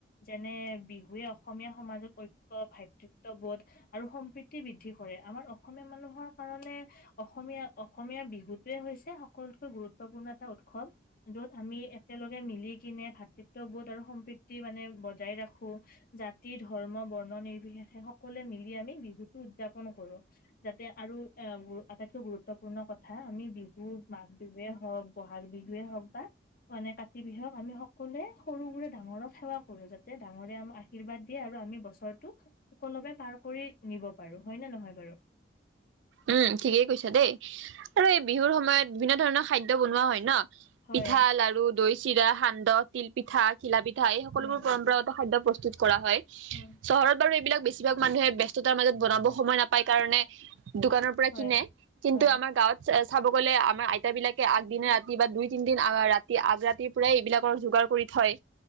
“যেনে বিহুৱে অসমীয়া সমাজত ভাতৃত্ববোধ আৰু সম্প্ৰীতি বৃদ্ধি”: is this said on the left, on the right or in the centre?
Left